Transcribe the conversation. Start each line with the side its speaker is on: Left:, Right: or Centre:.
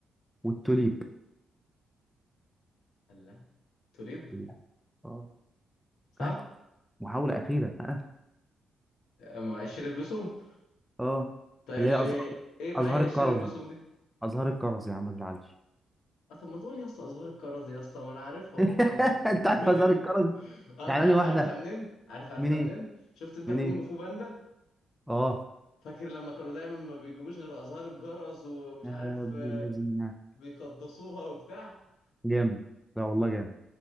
Centre: والتوليب
Left: الله توليب
Centre: لا. اه
Left: صح
Centre: ها محاولة أخيرة ها
Left: ما الشيري بلوسوم
Centre: اه
Left: طيب
Centre: اللي
Left: اللي
Centre: هي أز-
Left: ايه بقى
Centre: أزهار
Left: هي
Centre: الكرز
Left: الشيري بلوسوم دي
Centre: أزهار الكرز يا عم ما تزعلش
Left: اه طب ما تقول يا اسطى ازهار الكرز يا اسطى ما انا عارفها
Centre: <laughs>
Left: والله دي
Centre: انت
Left: <laughs>
Centre: عارف هزار الكرز
Left: اه
Centre: يعني
Left: انت عارف
Centre: انا واحده
Left: عارفها منين عارف عارفها
Centre: من ايه
Left: منين شفت انت
Centre: من
Left: كونج
Centre: ايه
Left: فو باندا
Centre: اه
Left: فاكر لما كانوا دايما ما بيجيبوش غير ازهار الجرس ومش
Centre: يا
Left: عارف
Centre: ابن
Left: آه،
Centre: اللذينه
Left: بيقدسوها وبتاع
Centre: جامد لا والله جامد